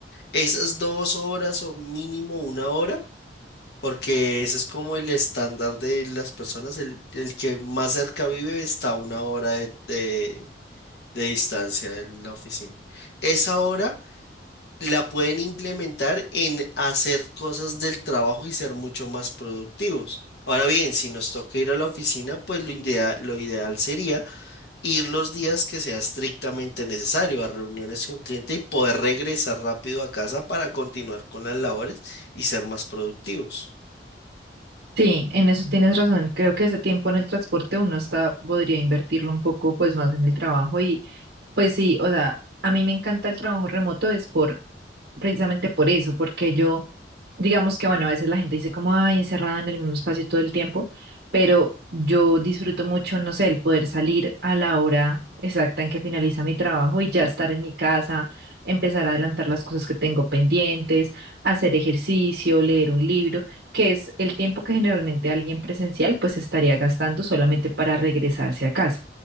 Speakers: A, on the left (about 65°); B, on the right (about 70°).
A: esas dos horas o mínimo una hora, porque ese es como el estándar de las personas, el, el que más cerca vive está a una hora de, de de distancia de la oficina. Esa hora la pueden implementar en hacer cosas del trabajo y ser mucho más productivos. Ahora bien, si nos toca ir a la oficina, pues lo idea- lo ideal sería ir los días que sea estrictamente necesario a reuniones con cliente y poder regresar rápido a casa para continuar con las labores y ser más productivos.
B: Sí, en eso tienes razón. Creo que ese tiempo en el transporte uno está, podría invertirlo un poco pues más en el trabajo y pues sí, o sea, a mí me encanta el trabajo remoto es por precisamente por eso, porque yo digamos que bueno, a veces la gente dice como ay, encerrada en el mismo espacio todo el tiempo, pero yo disfruto mucho, no sé, el poder salir a la hora exacta en que finaliza mi trabajo y ya estar en mi casa, empezar a adelantar las cosas que tengo pendientes, hacer ejercicio, leer un libro que es el tiempo que generalmente alguien presencial pues estaría gastando solamente para regresarse a casa.